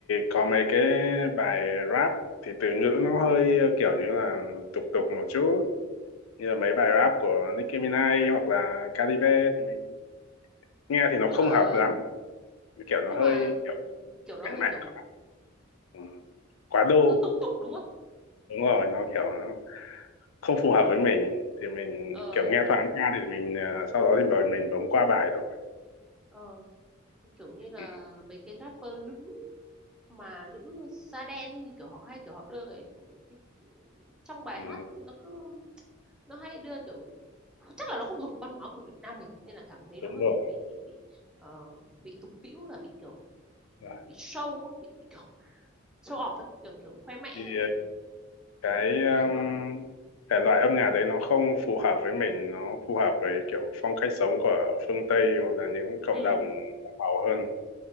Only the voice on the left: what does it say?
có mấy cái bài rap thì từ ngữ nó hơi kiểu như là tục tục một chút như là mấy bài rap của Nicki Minaj hoặc là Cardi B thì mình nghe thì nó
không hợp lắm kiểu nó
hơi
kiểu
cánh
mạnh
quá ừ. quá đô
đúng rồi nó kiểu nó không phù hợp với mình thì mình
kiểu nghe thoáng qua thì mình ờ, sau đó thì bảo mình bấm qua bài thôi
ừ.
Ừ.
đúng
rồi
Rồi.
thì ờ,
cái
um,
thể loại âm nhạc đấy nó không phù hợp với mình nó phù hợp với kiểu phong cách sống của phương Tây hoặc là những cộng
đồng giàu hơn